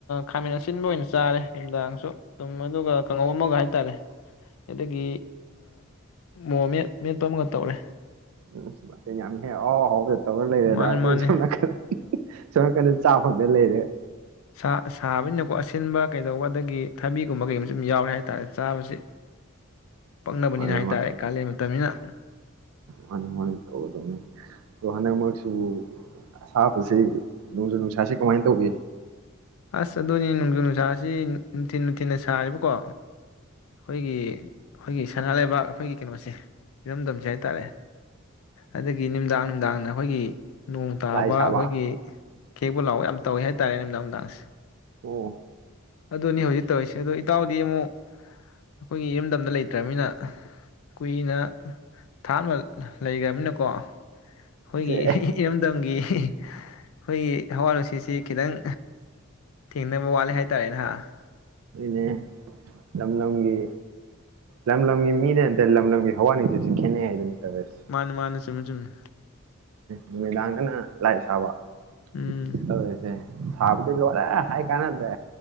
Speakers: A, on the left; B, on the right.
A: ꯈꯥꯃꯦꯟ ꯑꯁꯤꯟꯕ ꯑꯣꯏꯅ ꯆꯥꯔꯦ ꯅꯨꯡꯗꯥꯡꯁꯨ ꯑꯗꯨꯝ ꯑꯗꯨꯒ ꯑꯃꯒ ꯍꯥꯏꯇꯥꯔꯦ ꯑꯗꯒꯤ ꯃꯣꯔꯣꯛ ꯃꯦꯠ ꯃꯦꯠꯄ ꯑꯃꯒ ꯇꯧꯔꯦ
B: <unintelligible> ꯇꯧꯔ ꯂꯩꯔꯦꯗ
A: ꯃꯥꯅꯤ
B: ꯑꯩꯈꯣꯏ
A: ꯃꯥꯅꯤ
B: ꯁꯣꯝ ꯅꯥꯀꯟ ꯁꯣꯝ ꯅꯥꯀꯟꯗ ꯐꯪꯗ ꯂꯩꯔꯦ
A: ꯁꯥ ꯁꯥꯕꯅꯤꯅꯀꯣ ꯑꯁꯤꯟꯕ ꯀꯩꯗꯧꯕ ꯑꯗꯒꯤ ꯊꯕꯤꯒꯨꯝꯕ ꯀꯩꯒꯨꯝꯕꯁꯨ ꯁꯨꯝ ꯌꯥꯎꯔꯦ ꯍꯥꯏ ꯇꯥꯔꯦ ꯆꯥꯕꯁꯤ ꯄꯛꯅꯕꯅꯤꯅ
B: ꯃꯥꯅꯦ
A: ꯍꯥꯏꯇꯥꯔꯦ ꯀꯥꯂꯦꯟ ꯃꯇꯝꯅꯤꯅ
B: ꯃꯥꯅꯤ ꯃꯥꯅꯤ ꯇꯧꯒꯗꯧꯅꯤ ꯑꯗꯣ ꯍꯟꯗꯛꯃꯛꯁꯨ ꯑꯁꯥꯕꯁꯤ ꯅꯣꯡꯖꯨ ꯅꯨꯡꯁꯥꯁꯤ ꯀꯃꯥꯏꯅ ꯇꯧꯒ
A: ꯑꯁ ꯑꯗꯨꯅꯤ ꯅꯣꯡꯖꯨ ꯅꯨꯡꯁꯥꯁꯤ ꯅꯨꯡꯊꯤꯟ ꯅꯨꯡꯊꯤꯟꯅ ꯁꯥꯔꯤꯕꯀꯣ ꯑꯩꯈꯣꯏꯒꯤ ꯑꯩꯈꯣꯏꯒꯤ ꯁꯅꯥ ꯂꯩꯕꯥꯛ ꯑꯩꯈꯣꯏꯒꯤ ꯀꯩꯅꯣꯁꯦ ꯏꯔꯝꯗꯝꯁꯦ ꯍꯥꯏ ꯇꯔꯦ ꯑꯗꯒꯤ ꯅꯨꯡꯗꯥꯡ ꯅꯨꯡꯗꯥꯡꯅ ꯑꯩꯈꯣꯏꯒꯤ ꯅꯣꯡ ꯇꯥꯕ
B: ꯂꯥꯏ ꯁꯥꯕ
A: ꯑꯩꯈꯣꯏꯒꯤ ꯈꯦꯛꯄ ꯂꯥꯎꯕ ꯌꯥꯝ ꯇꯧꯋꯦ ꯍꯥꯏ ꯇꯥꯔꯦ ꯅꯨꯃꯤꯗꯥꯡ ꯅꯨꯃꯤꯗꯥꯡꯁꯦ
B: ꯑꯣ
A: ꯑꯗꯨꯅꯤ ꯍꯧꯖꯤꯛ ꯇꯧꯔꯤꯁꯦ ꯑꯗꯣ ꯏꯇꯥꯎꯗꯤ ꯑꯃꯨꯛ ꯑꯩꯈꯣꯏꯒꯤ ꯏꯔꯝꯗꯝꯗ ꯂꯩꯇ꯭ꯔꯅꯤꯅ ꯀꯨꯏꯅ ꯊꯥ ꯑꯃ ꯂꯩꯈ꯭ꯔꯅꯤꯅꯀꯣ ꯑꯩꯈꯣꯏꯒꯤ
B: ꯁꯦ
A: ꯏꯔꯝꯗꯝꯒꯤ ꯑꯩꯈꯣꯏꯒꯤ ꯍꯋꯥ ꯅꯨꯡꯁꯤꯠꯁꯤ ꯈꯤꯇꯪ ꯊꯦꯡꯅꯕ ꯋꯥꯠꯂꯦ ꯍꯥꯏꯇꯥꯔꯦ ꯅꯍ
B: ꯅꯦ ꯂꯝ ꯂꯝꯒꯤ ꯂꯝ ꯂꯝꯒꯤ ꯃꯤꯗ ꯅꯠꯇꯦ ꯂꯝ ꯂꯝꯒꯤ ꯍꯋꯥ ꯅꯨꯡꯁꯤꯁꯨ ꯈꯦꯠꯅꯩ ꯍꯥꯏꯗꯨꯅꯤ ꯇꯧꯔꯤꯁꯦ
A: ꯃꯥꯅꯤ ꯃꯥꯅꯤ ꯆꯨꯝꯃꯤ ꯆꯨꯝꯃꯤ꯫
B: ꯅꯨꯃꯤꯗꯥꯡꯗꯅ ꯂꯥꯏ ꯁꯥꯕ
A: ꯎꯝ
B: <inaudible> ꯁꯥꯕꯗꯤ ꯂꯣꯏꯔꯦ ꯍꯥꯏ ꯀꯥꯟꯅꯗꯦ